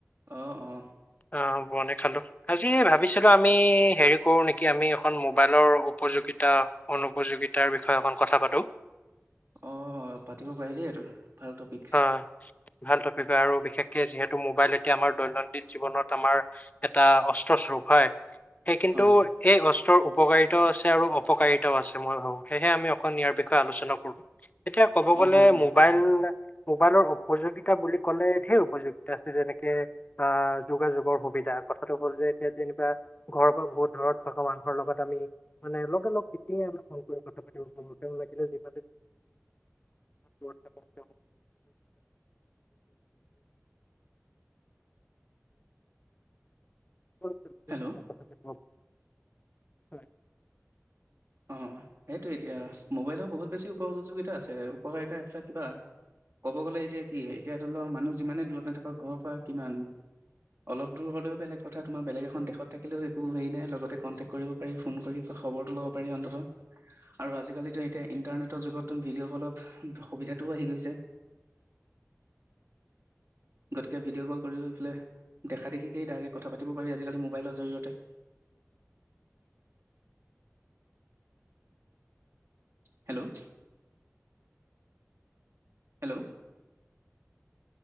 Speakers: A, on the right; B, on the left.
A: অহ, অ'।
B: অ বৰ্ণে খালোঁ, আজি ভাবিছিলোঁ আমি হেৰি কৰোঁ নেকি, আমি এখন মোবাইলৰ উপযোগিতা-অনুপযোগিতাৰ বিষয়ে অকন কথা পাতোঁ।
A: অ পাতিব পাৰি দেই এইটো। ভাল টপিক
B: অ', ভাল টপিক হয় আৰু বিশেষকে যিহেতু মোবাইলে এতিয়া আমাৰ দৈনন্দিন জীৱনত আমাৰ এটা অস্ত্ৰ স্বৰূপ হয়। সেই কিন্তু
A: হয়
B: এই অচ অস্ত্ৰৰ উপকাৰিতাও আছে আৰু অপকাৰিতাও আছে মই ভাবো, সেয়েহে আমি অকন ইয়াৰ বিষয়ে আলোচনা কৰোঁ। এতিয়া ক'ব গ'লে
A: অ হয় হয়
B: মোবাইল মোবাইলৰ উপযোগিতা বুলি ক'লে ঢেৰ উপযোগিতা আছে, যেনেকে আহ যোগাযোগৰ সুবিধা কথাটো হ'ল যে এতিয়া যেনিবা ঘৰৰ পৰা বহুত দূৰত থকা মানুহৰ লগত আমি মানে লগে লগ এতিয়াই আমি কল কৰি কথা পাতিব পাৰোঁ, তেওঁ লাগিলে যিমানেই দূৰত থাকক তেওঁ <unintelligible>
A: হেল্ল'
B: কথা পাতিব হয়।
A: অ', সেইটোয়ে এতিয়া আ। মোবাইলৰ বহুত বেছি উপযোগিতা আছে, উপকাৰিতা এফালাক কিবা, ক'ব গ'লে এতিয়া কি, এতিয়া ধৰি লোৱা মানুহ যিমানেই দূৰত নাথাকক ঘৰৰ পৰা কিমান অলপ দূৰ হ'লেও বেলেগ কথা তোমাৰ বেলেগ এখন দেশত থাকিলেও একো হেৰি নাই, লগতে কণ্টেক্ট কৰিব পাৰি ফোন কৰি খবৰটো লও পাৰি অন্তত আৰু আজিকালিটো এতিয়া ইণ্টাৰনেটৰ যুগতটো ভিডিঅ' কলৰ সুবিধাটোও আহি গৈছে। গতিকে ভিডিঅ' কল কৰি ফেলে দেখা দেখিকেই ডাইৰেক্ট কথা পাতিব পাৰি আজিকালি মোবাইলৰ জৰিয়তে। Hello'- hello